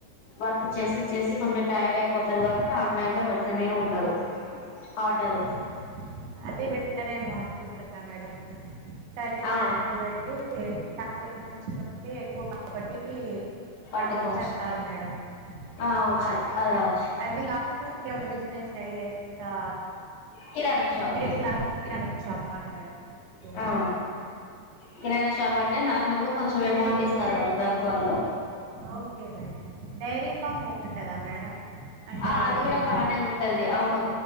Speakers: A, on the left; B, on the right.
A: వర్క్ చేసి చేసి కొంచెం టైర్డ్ అయిపోతారు కాబట్టి ఆన్లైన్ లో పెడతనే ఉంటారు ఆర్డరు
B: ఓ అదే బెటరెమో అనుకుంటున్నా మేడం <inaudible> <unintelligible>
A: ఆ
B: ఎక్కువ కాబట్టి
A: పట్టుకోవచ్చు
B: రావచ్చు అంటారు మేడం
A: ఆ వచ్చు
B: బాయ్ ఐ
A: అది రావచ్చు
B: ఇం ఏమన్నా బిజినెస్ ఐడియాస్ ఇంకా
A: kirana shop
B: middle class kirana shop అండి ఓకే
A: ఆ
B: మేడం
A: కిరాణా షాప్ అంటే నార్మల్ గా కొంచెం అమౌంట్
B: డే
A: ఇస్తారు వాళ్ళు బ్యాంక్ వాళ్ళు
B: ఓకే మేడం డైరీ ఫామ్ బాగుంటదా మేడం అంటే
A: ఆ అది కూడా
B: ఏ-
A: బానే ఉంటది అవును